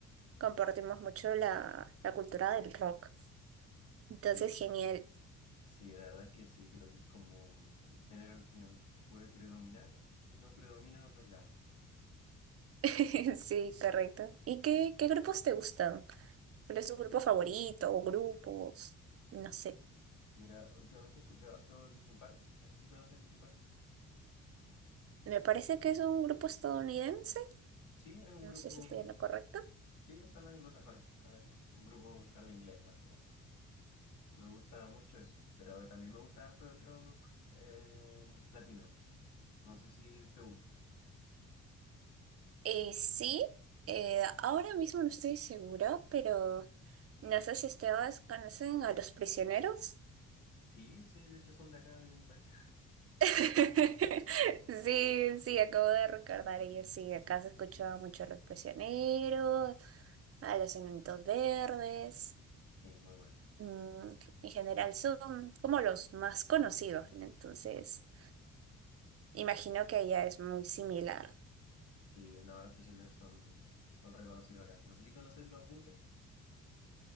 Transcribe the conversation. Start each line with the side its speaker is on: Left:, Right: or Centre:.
Right: compartimos mucho la, la cultura del rock. Entonces,
Left: Sí.
Right: genial.
Left: Sí, la verdad es que sí, creo que es como el género que puede predominar, que no predomina en otros lados.
Right: <laughs> Sí, correcto. ¿Y qué, qué grupos te gustan? pero es su grupo favorito o grupos, no sé.
Left: Mira, últimamente he escuchado harto Linkin Park, no sé si conoces Linkin Park.
Right: Me parece que es un grupo estadounidense,
Left: Sí, es un
Right: no
Left: grupo,
Right: sé si estoy en lo correcto.
Left: sí, son anglosajones, eh, un grupo que habla inglés más que nada. Me gusta mucho eso, pero también me gusta harto el rock eh, latino. No sé si te gusta.
Right: Eh, sí, eh, ahora mismo no estoy segura, pero no sé si ustedes conocen a Los Prisioneros.
Left: Sí, sí, de hecho son de acá, de mi país. <laughs>
Right: <laughs> Sí, sí, acabo de recordar ellos, sí, acá se escuchaba mucho a Los Prisioneros, a Los Enanitos Verdes,
Left: Sí, muy bueno.
Right: mm, en general son como los más conocidos, ¿no? entonces... Imagino que ella es muy similar.
Left: Sí, no, los prisioneros son, son reconocidos acá. No sé si conoces los bunkers.